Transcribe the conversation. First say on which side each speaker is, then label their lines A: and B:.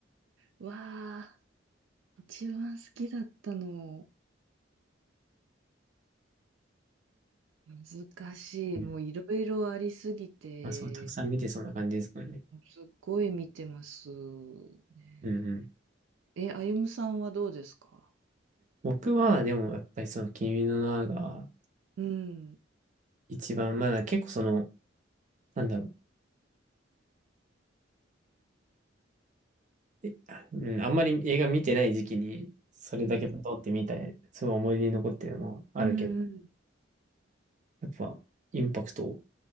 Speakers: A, on the right; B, on the right.
A: わあ、一番好きだったの、難しい。
B: うん。
A: もういろいろありすぎて、
B: まあ、そう、たくさん見てそうな感じですもんね。
A: すっごい見てますね。
B: うん、うん。
A: え、あゆむさんはどうですか
B: 僕は、でも、やっぱりその、君の名が、
A: うん。
B: 一番、まだ結構その、なんだろう、え、あうん、あんまり映画見てない時期に、それだけ通ってみたい、
A: うん。
B: すごい思い出に残ってるのもあるけど、
A: うん。
B: やっぱ、インパクト